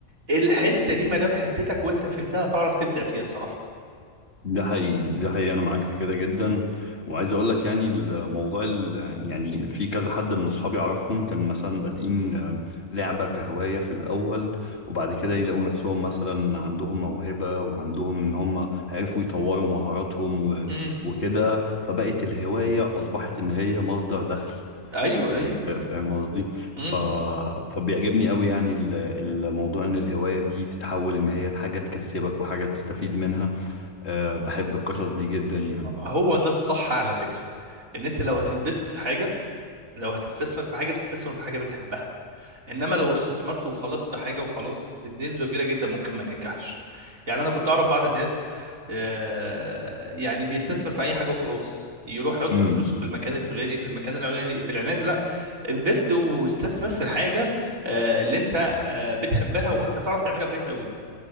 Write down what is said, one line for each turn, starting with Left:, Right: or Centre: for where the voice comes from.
Right: الحته دي ما دام حتتك وانت فهمتها هتعرف تبدع فيها الصراحه
Left: ده حقيقي ده حقيقي انا معاك في كده جدا وعايز اقول لك يعني الموضوع ال- يعني في كذا حد من اصحابي اعرفهم كان مثلا بادئين آه، لعبة كهواية في الاول وبعد كده يلاقوا نفسهم مثلا عندهم موهبة وعندهم ان هم عرفوا يطوروا مهاراتهم و-
Right: امم
Left: وكده فبقت الهواية اصبحت ان هي مصدر دخل
Right: ايوه
Left: يعني
Right: ايوه
Left: فا- فاهم قصدي
Right: إمم.
Left: ف... فبيعجبني قوي يعني ال- الموضوع ان الهواية دي تتحول ان هي حاجة تكسبك وحاجة تستفيد منها أه بحب القصص دي جدا يعني
Right: هو ده الصح على فكرة ان انت لو هتنفست في حاجة لو هتستثمر في حاجة تستثمر في حاجة بتحبها انما لو استثمرت وخلاص في حاجة وخلاص بنسبة كبيرة جدا ممكن ما تنجحش يعني انا كنت اعرف بعض الناس آه، يعني بيستثمر في اي حاجة وخلاص يروح يحط
Left: امم
Right: فلوسه في المكان الفلاني في المكان العلاني في العلاني لا انفست واستثمر في الحاجة آه، اللي انت آه، بتحبها وانت بتعرف تعملها كويس قوي